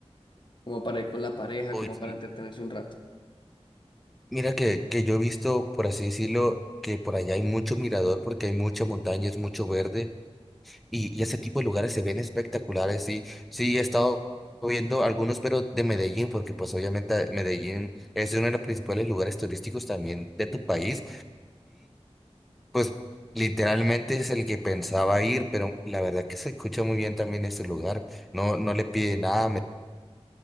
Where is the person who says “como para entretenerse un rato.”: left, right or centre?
Left